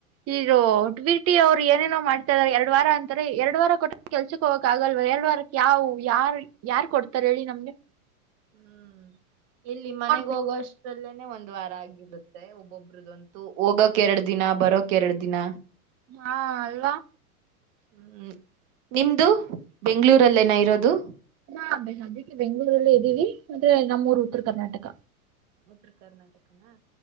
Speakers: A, on the right; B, on the right.
A: ಹರೋ ಬಿ ಪ್ರಟ್ಟಿ ಅವ್ರು ಏನೇನೋ ಮಾಡ್ತಾ ಇದಾರೆ ಎರಡು ವಾರ ಅಂತಾರೆ ಎರಡ್ ವಾರ ಕೊಟ್ಟ ಕೆಲ್ಸಕ್ ಹೋಗ್ಕ್ ಆಗಲ್ವ ಎರಡ್ ವಾರಕ್ಕೆ ಯಾವವು ಯಾರ ಯಾರ್ ಕೊಡ್ತಾರ ಹೇಳಿ ನಮ್ಗೆ
B: ಹ್ಮ್ ಇಲ್ಲಿ ಮನೆಗ
A: ನೋಡ್ಬೇಕು
B: ಹೋಗೋಷ್ಟಲ್ಲೇನೆ ಒಂದ್ ವಾರ ಆಗಿರುತ್ತೆ ಒಬ್ಬೊಬ್ರದಂತೂ ಹೋಗಕ್ ಎರಡು ದಿನ ಬರೋಕ್ ಎರಡ್ ದಿನ
A: ಹಾ ಅಲ್ವಾ
B: ಹ್ಮ್ ನಿಮ್ದು ಬೆಂಗಗಳೂರಲ್ಲೇನ ಇರೋದು
A: ನಾ ಬ ಅದಕ್ಕೆ ಬೆಂಗಳೂರುರಲ್ಲೇ ಇದ್ದೀವಿ ಅಂದ್ರೆ ನಮ್ಮೂರು ಉತ್ತರ ಕರ್ನಾಟಕ
B: ಉತ್ತರ ಕರ್ನಾಟಕನಾ